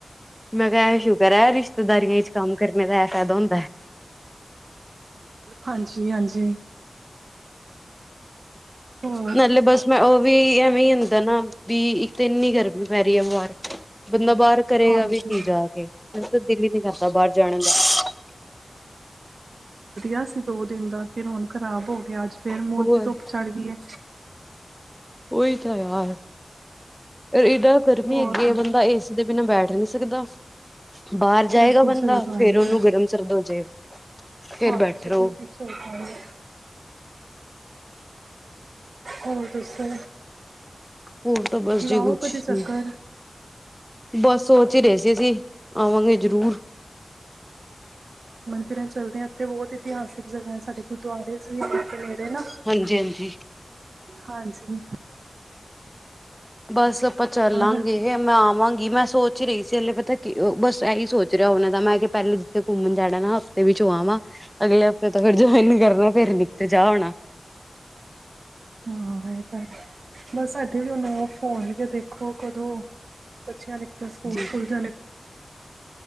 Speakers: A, in the centre; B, on the right.
A: ਮੈਂ ਕਿਹਾ ਇਹ ਸ਼ੁਕਰ ਹੈ ਰਿਸ਼ਤੇਦਾਰੀਆਂ ਚ ਕੰਮ ਕਰਨੇ ਦਾ ਇਹ ਫਾਇਦਾ ਹੁੰ
B: ਹਾਂ ਜੀ ਹਾਂਜੀ। ਹੋਰ
A: ਨਾਲੇ ਬਸ ਮੈਂ ਉਹ ਵੀ ਐਵੇਂ ਹੀ ਹੁੰਦਾਂ ਨਾ, ਵੀ ਇੱਕ ਤੇ ਐਨੀ ਗਰਮੀ ਪੈ ਰਹੀ ਹੈ ਬਾਰ। ਬੰਦਾ ਬਾਹਰ ਕਰੇਗਾ
B: ਹਾਂਜੀ
A: ਵੀ ਕੀ ਜਾ ਕੇ, ਮੇਰਾ ਤਾਂ ਦਿਲ ਹੀ ਨਹੀਂ ਕਰਦਾ ਬਾਹਰ ਜਾਣ ਦਾ।
B: ਆ ਸੀ ਦੋ ਦਿਨ ਦਾ ਫਿਰ ਹੁਣ ਖ਼ਰਾਬ ਹੋ ਗਿਆ ਅੱਜ। ਫੇਰ ਮੋੜ
A: ਹੋਰ
B: ਤੋਂ ਧੁੱਪ ਚੜ੍ਹ ਗਈ ਆ।
A: ਉਹੀ ਤਾਂ ਯਾਰ <unintelligible> ਯਾਰ ਗਰਮੀ
B: ਹੋਰ
A: ਹੈਗੀ ਆ, ਬੰਦਾ ਏ ਸੀ ਦੇ ਬਿਨਾਂ ਬੈਠ ਨਹੀਂ ਸਕਦਾ, ਬਾਹਰ ਜਾਏਗਾ
B: ਬਿਲਕੁਲ
A: ਬੰਦਾ
B: ਸਹੀ ਗੱਲ
A: ਫੇਰ ਉਹਨੂੰ
B: ਹੈ
A: ਗਰਮ ਸਰਦ ਹੋ ਜਾਏਗਾ ਫੇਰ
B: ਹਾਂਜੀ
A: ਬੈਠੇ ਰਹੋ।
B: ਬਿਲਕੁਲ ਸਹੀ ਗੱਲ ਹੈ ਹੋਰ ਦੱਸੋ
A: ਹੋਰ ਤਾਂ ਬੱਸ ਜੀ
B: ਲਾਓ
A: ਕੁਛ
B: ਕਦੇ ਚੱਕਰ
A: ਨੀ। ਬਸ ਸੋਚ ਹੀ ਰਹੇ ਸੀ ਅਸੀ ਆਵਾਂਗੇ ਜ਼ਰੂਰ।
B: ਫਿਰ ਚੱਲਦੇ ਹਾਂ, ਇੱਥੇ ਬਹੁਤ ਇਤਿਹਾਸਿਕ ਜਗ੍ਹਾ ਹੈ ਸਾਡੇ ਗੁਰਦੁਆਰੇ ਚ ਏ ਨਾ
A: ਹਾਂਜੀ ਹਾਂਜੀ
B: ਹਾਂਜੀ
A: ਬਸ ਆਪਾਂ ਚੱਲਾਂਗੇ
B: ਪਰ
A: ਮੈਂ ਆਵਾਂ ਮੈਂ ਸੋਚ ਰਹੀ ਸੀ ਅਲੇ ਪਤਾ, ਬਸ ਇਹੀ ਸੋਚ ਰਿਹਾ ਉਹਨਾਂ ਦਾ ਮੈਂ ਕਿਹਾ ਪਹਿਲੇ ਜਿੱਥੇ ਘੁੰਮਣ ਜਾਣਾ ਨਾ ਹਫ਼ਤੇ ਵਿੱਚ ਹੋ ਆਵਾ, ਅਗਲੇ ਹਫ਼ਤੇ ਤੋਂ ਫਿਰ ਜੁਆਇਨ ਕਰਨਾ ਫਿਰ ਕਿੱਥੇ ਜਾ ਹੋਣਾ।
B: ਹਾਂ, ਇਹ ਤਾਂ ਹੈ ਬਸ ਸਾਡੇ ਵੀ ਹੁਣ ਆਫ ਹੋਣਗੇ ਦੇਖੋ ਕਦੋਂ ਬੱਚਿਆਂ ਦੇ ਫਿਰ ਸਕੂਲ
A: ਜੀ
B: ਖੁੱਲ ਜਾਣੇ।